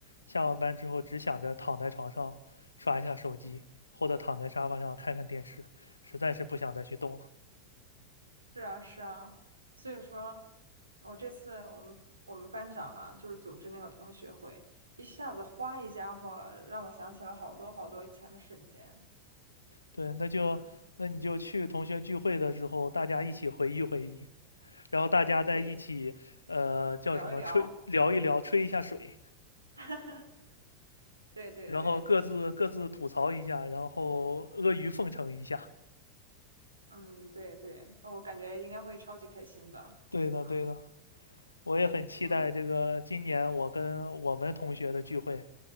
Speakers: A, on the left (about 80°); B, on the right (about 80°).
A: 下完班之后只想着躺在床上刷一下手机，或者躺在沙发上看看电视，实在是不想再去动了。
B: 是啊，是啊，所以说，我这次我们我们班长嘛，就是组织那个同学会，一下子哗一家伙，让我想起了好多好多以前的瞬间。
A: 对，那就那你就去同学聚会的时候，
B: 嗯，
A: 大家一起回忆回忆。然后大家在一起，
B: 对，
A: 呃，叫什么吹聊一聊，
B: 聊一聊，
A: 吹一下水，
B: <laughs> 对对对，
A: 然后各自各自吐槽一下，然后阿谀奉承一下。
B: 嗯，对对，哦我感觉应该会超级开心的。
A: 对的，
B: 嗯，
A: 对的，我也很期待这个今年我跟我们同学的聚会，
B: 行，